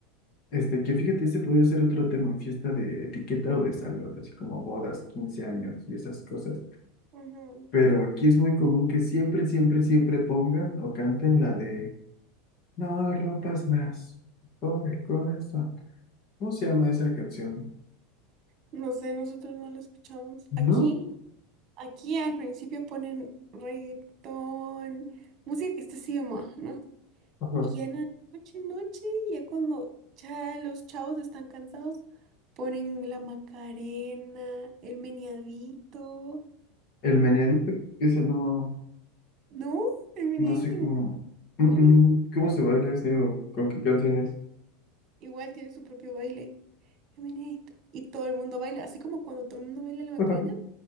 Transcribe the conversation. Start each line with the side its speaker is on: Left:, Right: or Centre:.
Left: Este, que fíjate, ese podría ser otro tema, fiesta de etiqueta o de salón, así como bodas, 15 años y esas cosas.
Right: Ujú.
Left: Pero aquí es muy común que siempre, siempre, siempre pongan o canten la de No rompas más, pobre corazón. ¿Cómo se llama esa canción?
Right: No sé, nosotros no lo escuchamos.
Left: ¿No?
Right: Aquí, aquí al principio ponen reggaetón, música que está así de moda, ¿no?
Left: Ajá.
Right: Y ya en la noche, noche, ya cuando ya los chavos están cansados, ponen la Macarena, el meneadito.
Left: El meneadito, ese no,
Right: No, el meneadito
Left: no sé cómo,
Right: no,
Left: Mm,
Right: y-
Left: mm, cómo se baila ese o con qué canciones.
Right: igual tiene su propio baile, el meneadito. Y todo el mundo baila, así como cuando todo el mundo baila la Macarena,
Left: <laughs>